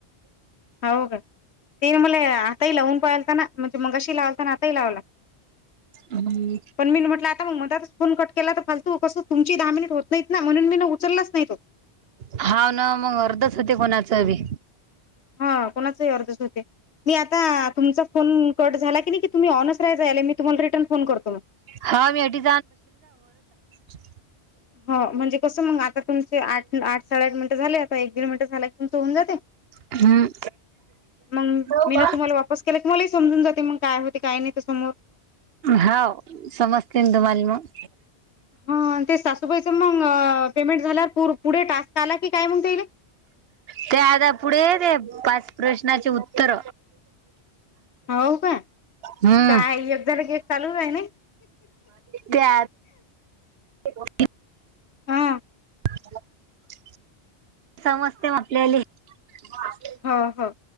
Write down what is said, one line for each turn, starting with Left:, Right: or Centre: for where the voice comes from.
Left: हो का, ते मला आताही लावून पाहालता ना म्हणजे मंगाशी लावलताना आताही लावला.
Right: हम्.
Left: पण मी म्हटलं, आता मग मधतच फोन कट केला तर फालतू कसं तुमची दहा मिनिट होत ना म्हणून मी ना उचललाच नाही.
Right: हाव ना, मग अर्धच होते कोणाच बी.
Left: हा, कोणाचाही अर्धच होते. मी आता तुमच फोन कट झाला की नी की तुम्ही ऑनच राहायचा. मी तुम्हाला रिटर्न फोन करतो.
Right: हा, मी आधी <unintelligible>
Left: हो, म्हणजे कसं मग आता तुमचे आठ आठ साडेआठ मिनिटं झाले, आता एक दीड मिनटं झाल की, तुमचं होऊन जाते.
Right: हम्म,
Left: मग
Right: <unintelligible>
Left: मी ना तुम्हाला वापस केला तु मलाही समजून जाते, मग काय होते काय नाही तर समोर
Right: हाव, समजते ना तुमाले मग.
Left: हम्म, ते सासूबाईच मग पेमेंट झाल्या पुढे टास्क आला की काय म्हणते?
Right: ते आता पुढेेत पाच प्रश्नाचे उत्तर.
Left: हो का
Right: हम्म,
Left: काय एक झालं की एक चालूच आहे ना.
Right: त्या <unintelligible>
Left: हा
Right: <unintelligible> समजते आपल्याले. ह <unintelligible>
Left: हा हा.